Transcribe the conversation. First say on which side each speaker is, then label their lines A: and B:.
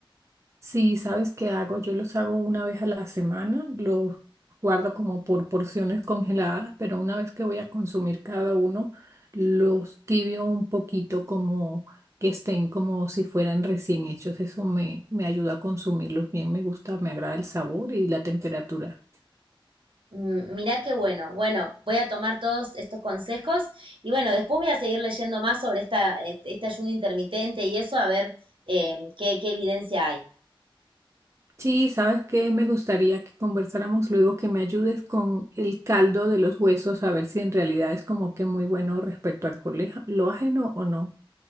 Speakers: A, on the right; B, on the right.
A: Sí, ¿sabes qué hago? Yo los hago una vez a la semana, los guardo como por porciones congeladas, pero una vez que voy a consumir cada uno, los tibio un poquito como que estén como si fueran recién hechos. Eso me, me ayuda a consumirlos bien, me gusta, me agrada el sabor y la temperatura.
B: Mm, Mirá qué bueno. Bueno, voy a tomar todos estos consejos y bueno, después voy a seguir leyendo más sobre esta, este, este ayuno intermitente y eso a ver eh, qué, qué evidencia hay.
A: Sí, sabes que me gustaría que conversáramos luego, que me ayudes con el caldo de los huesos, a ver si en realidad es como que muy bueno respecto al coleja- lo ajeno o no.